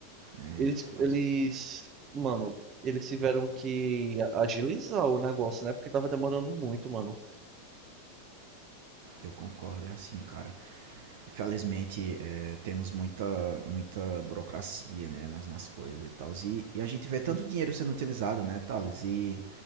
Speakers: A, on the right (about 50°); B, on the right (about 30°).
A: Eita,
B: Eles, eles, mano, eles tiveram que agilizar o negócio, né? Porque tava demorando muito, mano.
A: eu concordo, é assim, cara. Infelizmente, é, temos muita, muita burocracia, né, nas, nas coisas e tal. E, e a gente vê
B: Uhum.
A: tanto dinheiro sendo utilizado, né, Thales? E,